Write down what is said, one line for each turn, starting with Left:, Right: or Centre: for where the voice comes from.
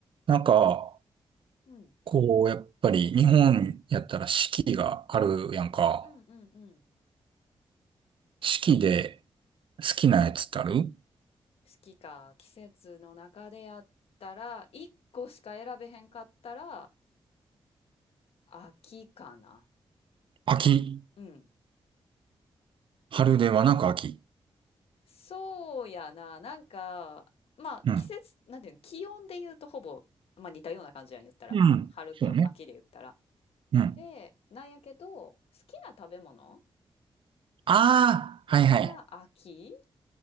Right: なんか、
Left: うん。
Right: こう、やっぱり日本やったら四季があるやんか。
Left: うんうんうん。
Right: 四季で好きなやつってある
Left: 好きか。季節の中でやったら、1個しか選べへんかったら、秋かな。
Right: 秋。
Left: うん。
Right: 春ではなく秋。
Left: そうやな。なんか、まあ、
Right: うん。
Left: 季節、なんていうの、気温で言うとほぼ、まあ似たような感じやん、言ったら。
Right: うん。
Left: 春と秋で言ったら。
Right: そうね。うん。
Left: で、なんやけど、好きな食べ物
Right: ああ、はいはい。
Left: が秋